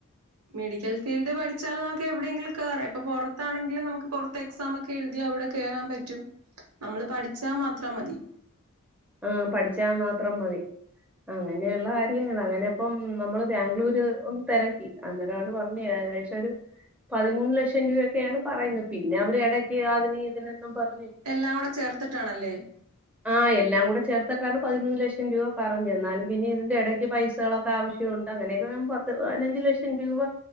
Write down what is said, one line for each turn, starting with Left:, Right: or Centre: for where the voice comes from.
Right: മെഡിക്കൽ ഫീൽഡ് പഠിച്ചാലും നമുക്ക് എവിടെയെങ്കിലും കേറ ഇപ്പൊ പുറത്താണെങ്കിലും നമുക്ക് പുറത്ത് എക്സാം ഒക്കെ എഴുതി അവിടെ കേറാൻ പറ്റും നമ്മള് പഠിച്ചാൽ മാത്രം മതി
Centre: ആ പഠിച്ചാൽ മാത്രം മതി അങ്ങനെയുള്ള കാര്യങ്ങൾ അങ്ങനെപ്പം നമ്മള് ബാംഗ്ലൂര് ഒന്ന് തിരക്കി അന്നേരംമാണ് പറഞ്ഞ ഏകദേശം ഒരു പതിമൂന്ന് ലക്ഷം രൂപയൊക്കെയാണ് പറയുന്നത് പിന്നെ അവര് ഇടയ്ക്ക് അതിന് ഇതിനൊന്നും പറഞ്ഞ്
Right: ഇത് എല്ലാം കൂടെ ചേർത്തിട്ടാണല്ലേ
Centre: ആഹ് എല്ലാം കൂടെ ചേർത്തിട്ടാണ് പതിമൂന്ന് ലക്ഷം രൂപ പറഞ്ഞു എന്നാലും പിന്നെ ഇതിന്റെ ഇടയ്ക്ക് പൈസകളൊക്ക ആവശ്യമുണ്ട് അങ്ങനെയൊക്കെ പത്ത് പതിനഞ്ചു ലക്ഷം രൂപ